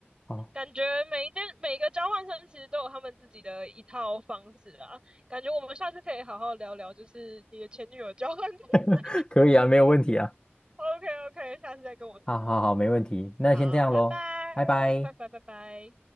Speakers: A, on the left; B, on the right.
A: 好，
B: 感觉每一件每个交换生其实都有他们自己的一套方式啊。感觉我们下次可以好好聊聊，就是你的前女友交换。<laughs>
A: <laughs> 可以啊，没有问题啊，
B: OK OK，下次再跟我说。
A: 好好好，没问题，那先这样喽，
B: 好，拜拜，
A: 拜拜。
B: 拜拜拜拜。